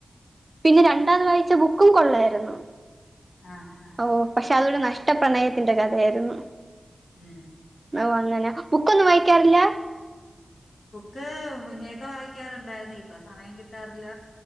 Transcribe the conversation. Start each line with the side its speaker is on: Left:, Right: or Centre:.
Right: പിന്നെ രണ്ടാംത് വായിച്ച ബുക്കും. കൊള്ളായിരുന്നു..
Left: ആഹ് ആഹ്
Right: ഓഹ് പഷേ അതൊരു നഷ്ടപ്രണയത്തിന്റെ കഥയേര്ന്നു.
Left: മ്മ്ഹ്.
Right: നൗ അങ്ങന ബുക്കൊന്നും വായിക്കാറില്ല
Left: ബുക്ക് മുന്നേക് വായിക്കാറുണ്ടായിര്ന്നുഇപ്പൊ സമയം കിട്ടാറില്ല